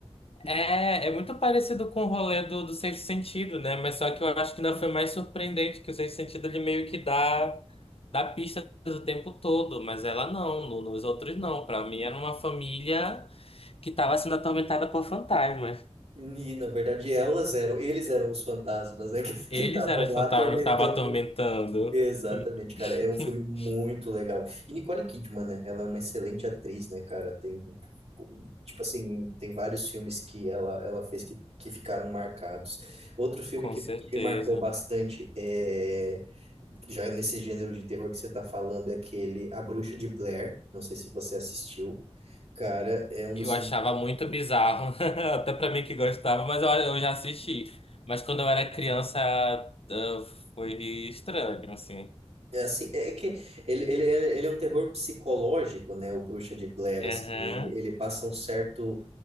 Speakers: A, on the left; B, on the right.
A: é, é muito parecido com o rolê do, do Sexto Sentido, né? Mas só que eu acho que ainda foi mais surpreendente, que o Sexto Sentido ele meio que dá, dá pista o tempo todo, mas ela não, no- nos outros não. Pra mim era uma família que tava sendo atormentada por fantasmas.
B: E, na verdade, elas eram, eles eram os fantasmas, né, que <laughs>
A: Eles
B: que estavam
A: eram os
B: lá
A: fantasmas
B: atormentando.
A: que estavam atormentando.
B: Exatamente, cara,
A: <laughs>
B: é um filme muito legal. E Nicole Kidman, né, ela é uma excelente atriz, né, cara, tem, tipo assim, tem vários filmes que ela, ela fez que, que ficaram marcados. Outro filme
A: Com
B: que,
A: certeza.
B: que me marcou bastante é, já nesse gênero de terror que você tá falando, é aquele A Bruxa de Blair, não sei se você assistiu. Cara, é um dos
A: Eu
B: filmes
A: achava muito bizarro, <laughs> até pra mim que gostava, mas eu, eu já assisti. Mas quando eu era criança, ah, foi estranho, assim.
B: É Assim, é é que ele, ele, ele ele é um terror psicológico, né? O Bruxa de Blair,
A: Aham,
B: assim, ele, ele passa um certo